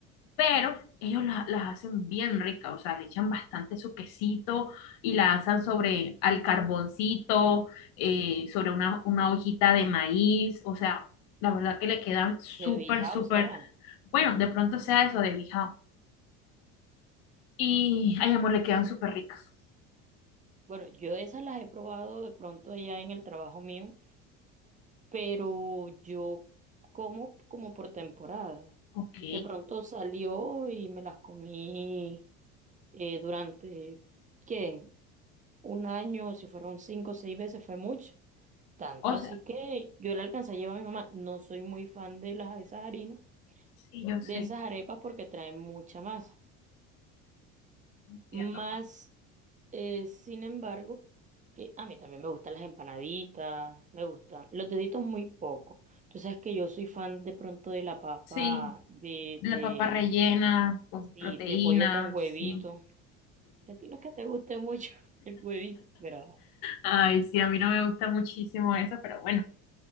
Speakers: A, on the left; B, on the right.
A: pero ellos la- las hacen bien ricas, o sea, le echan bastante su quesito y la asan sobre al carboncito, eh, sobre una, una hojita de maíz, o sea, la verdad que le quedan súper,
B: De Bijao
A: súper,
B: serán.
A: bueno, de pronto sea eso de bijao. Y, ay, amor, le quedan súper ricas.
B: Bueno, yo esas las he probado de pronto allá en el trabajo mío, pero yo como como por temporadas.
A: Ok,
B: De pronto salió y me las comí eh, durante, ¿qué? Un año, si fueron cinco o seis veces, fue mucho. Tanto
A: o
B: así
A: sea,
B: que yo le alcancé a llevar a mi mamá. No soy muy fan de las, esas harinas,
A: sí, yo
B: de
A: sé,
B: esas arepas porque traen mucha masa.
A: entiendo,
B: Más
A: amor.
B: Eh, sin embargo, eh, a mí también me gustan las empanaditas, me gustan los deditos muy poco. Tú sabes que yo soy fan de pronto de la papa
A: Sí,
B: de,
A: la
B: de,
A: papa rellena con
B: sí,
A: proteínas,
B: de pollo con huevito.
A: sí.
B: Que a ti no es que te guste mucho <laughs> el huevito, pero ajá.
A: Ay, sí, a mí no me gusta muchísimo eso, pero bueno,